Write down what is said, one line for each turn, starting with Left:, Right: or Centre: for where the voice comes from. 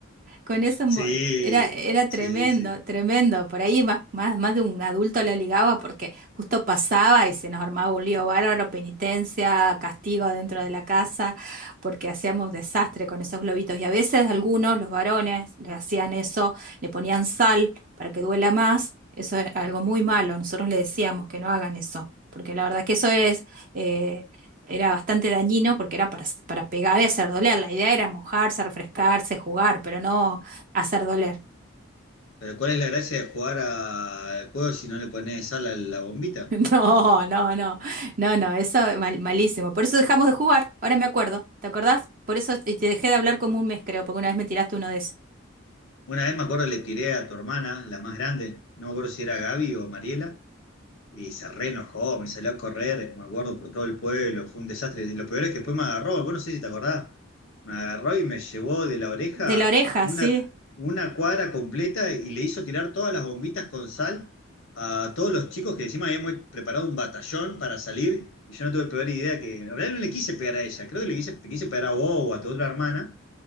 Right: con eso mo-
Left: Sí,
Right: era, era
Left: sí,
Right: tremendo,
Left: sí.
Right: tremendo. Por ahí más, más, más de un adulto la ligaba porque justo pasaba y se nos armaba un lío bárbaro, penitencia, castigo dentro de la casa, porque hacíamos un desastre con esos globitos. Y a veces algunos, los varones, le hacían eso, le ponían sal para que duela más. Eso es algo muy malo. Nosotros le decíamos que no hagan eso, porque la verdad que eso es... eh, era bastante dañino porque era para, para pegar y hacer doler. La idea era mojarse, refrescarse, jugar, pero no hacer doler. <laughs>
Left: Pero ¿cuál es la gracia de jugar a- al juego si no le pones sal a la bombita?
Right: No, no, no, no, no, eso mal- malísimo. Por eso dejamos de jugar, ahora me acuerdo, ¿te acordás? Por eso eh, te dejé de hablar como un mes, creo, porque una vez me tiraste uno de esos.
Left: Una vez me acuerdo le tiré a tu hermana, la más grande, no me acuerdo si era Gaby o Mariela, Y se re enojó, me salió a correr, me acuerdo, por todo el pueblo, fue un desastre. Y lo peor es que después me agarró, vos no sé si te acordás, me agarró y me llevó de la oreja
Right: De la oreja,
Left: una,
Right: sí.
Left: una cuadra completa y le hizo tirar todas las bombitas con sal a todos los chicos que encima habíamos preparado un batallón para salir y yo no tuve peor idea que, en realidad no le quise pegar a ella, creo que le quise, le quise pegar a vos o a tu otra hermana.